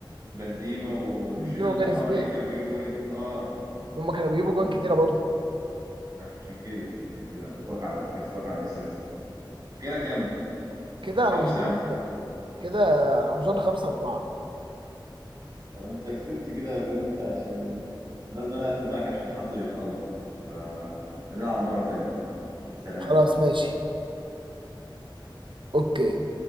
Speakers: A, on the right; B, on the right.
A: بنزيما والشله
B: بنزيما
A: اللي
B: وجاريث
A: حواليه
B: بيل
A: كانوا بيجيبوا جوان اه
B: هما كانوا بيجيبوا جوان
A: ممكن
B: كتيره برضه
A: عشان كده عشان كده مش واقف على ما كانش واقف على ميسي بس كده كام
B: كده على
A: خمسة
B: ما اظن كده على ما اظن 5 4
A: طب انت كسبت كده يا برنس عشان لازم انا اقفل معاك عشان حد بيخبط فنلعب مرة تانية سلام
B: خلاص ماشي اوكي